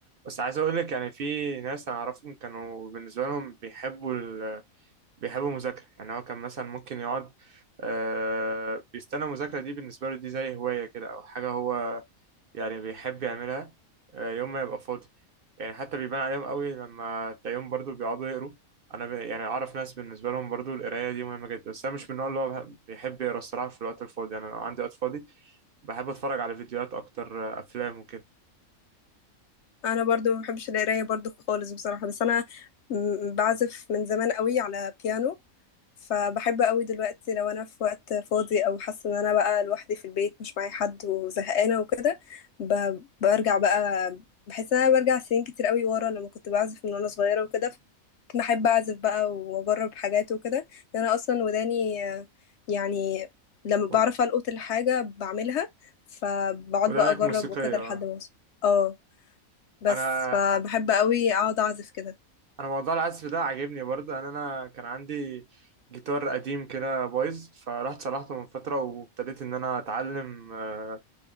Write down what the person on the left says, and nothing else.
انا برضو ما بحبش القرايه برضو خالص بصراحه بس انا م- بعزف من زمان قوي على بيانو فبحب قوي دلوقتي لو انا في وقت فاضي او حاسه ان انا بقى لوحدي في البيت مش معايا حد وزهقانه وكده ب- برجع بقى بحس ان انا برجع سنين كتير قوي ورا لما كنت بعزف من وانا صغيره وكده كنت بحب اعزف بقى واجرب حاجات وكده لأن انا اصلا وداني آه، يعني لما بعرف
القط الحاجه بعملها فبقعد
بقى اجرب
وكده لحد
ما اوصل اه بس
فبحب قوي اقعد اعزف كده